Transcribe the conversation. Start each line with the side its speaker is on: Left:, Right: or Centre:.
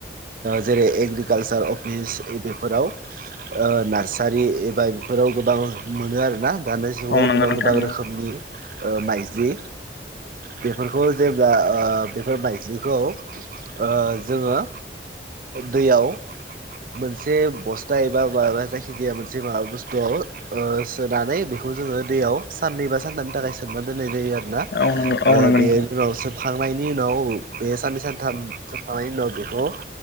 Right: जेरै एग्रिकालसार अफिस बेफोराव नार्सारि बाय बेफोराव गोबां मोनो आरोना दानि जुगाव
Left: औ नंगौ
Right: गोबां
Left: नोंथां
Right: गोबां रोखोमनि माइज्लि बेफोरखौ जेब्ला बेफोर माइजिखौ ओ जोङो दैयाव मोनसे बस्था एबा माबा जायखिजाया मोनसे जेबा बुस्थुआव सोनानै बेखौ जोङो दैयाव साननै बा सानथामानि थाखाय सोमनानै दोननाय यो आरो ना
Left: औ नंगौ औ नंगौ
Right: बे
Left: नोंथां
Right: उनावसो जोबखांनायनि उनाव बे साननै सानथाम जोबखांनायनि उनाव बेखौ